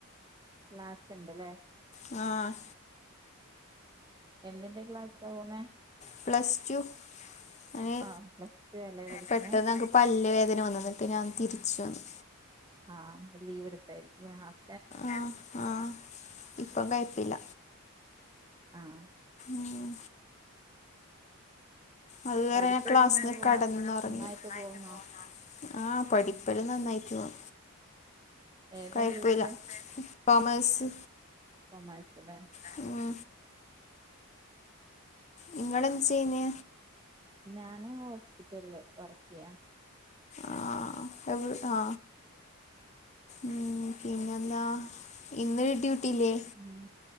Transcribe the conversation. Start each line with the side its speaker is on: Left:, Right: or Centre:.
Right: ക്ലാസ്ണ്ട്ലെ
Left: ങ്ങാഹ്
Right: എന്തിന്റെ ക്ലാസ്ക്കാ പോന്നെ
Left: പ്ലസ്ടു അ നെ
Right: ആഹ് പ്ലസ് ടു അല്ലേ പഠിക്കുന്നേ
Left: പെട്ടെന്നൻക്ക് പല്ല് വേദന വന്ന് ന്നിട്ട് ഞാൻ തിരിച്ചു വന്ന്
Right: ആഹ് ലീവ് എടുത്തായിരിക്കും ആഹ് ആഹ്
Left: ആഹ് ആഹ് ഇപ്പം കൊയ്പ്പില്ല
Right: ആഹ്
Left: ഊമ് അത് വരെ
Right: പഠിത്തൊക്കെ
Left: ഞ ക്ലാസ്സിന്
Right: എങ്ങനെ പോണ്
Left: കെടന്നൊർങ്ങി.
Right: നന്നായിട്ട്
Left: സുഖായിട്ട്
Right: പോവുന്നോ
Left: പോകുന്നോ ആഹ് പഠിപ്പല്ലും നന്നായിട്ടോന്നു
Right: ഏതാ
Left: കൊയപ്പൂല്ല
Right: ഗ്രൂപ്പ്
Left: കൊമേസ്
Right: കൊമേഴ്സ് ല്ലേ
Left: <unintelligible> ഉം നിങ്ങളെന്ത് ചെയ്ന്നെ
Right: ഞാന് ഹോസ്പിറ്റല് ല് വർക്കെയ്യാ
Left: ആഹ്അഹ് അവ് ആ ഉം പിൻ ന്നെന്താ. ഇന്ന് ഡ്യൂട്ടില്ലേ?
Right: ഉം